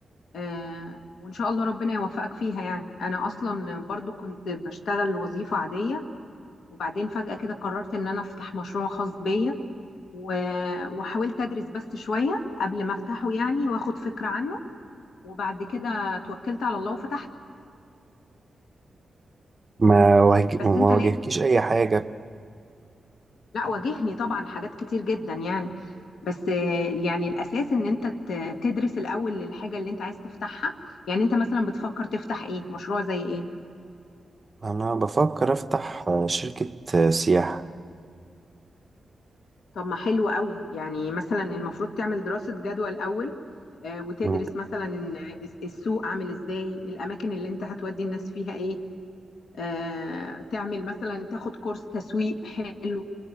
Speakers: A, on the left; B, on the right.
A: آه، وإن شاء الله ربنا يوفقك فيها يعني أنا أصلا برضو كنت بشتغل وظيفة عادية وبعدين فجأة كده قررت إن أنا أفتح مشروع خاص بيا و- وحاولت أدرس بس شوية قبل ما أفتحه يعني وأخد فكرة عنه وبعد كده توكلت على الله وفتحته
B: ما واجه...
A: بس
B: ما
A: أنت لازم
B: واجهكيش اي حاجة
A: لا واجهني طبعا حاجات كتير جدا يعني بس آه، يعني الاساس ان انت ت- تدرس الاول للحاجه اللي انت عايز تفتحها يعني انت مثلا بتفكر تفتح ايه مشروع زي ايه
B: انا بفكر افتح آه، شركة آه، سياحة
A: طب ما حلو قوي يعني مثلا المفروض تعمل دراسه جدوى الاول آه، وتدرس
B: مم.
A: مثلا إن الس- السوق عامل ازاي الاماكن اللي انت هتودي الناس فيها ايه آه، تعمل مثلا تاخد كورس تسويق حلو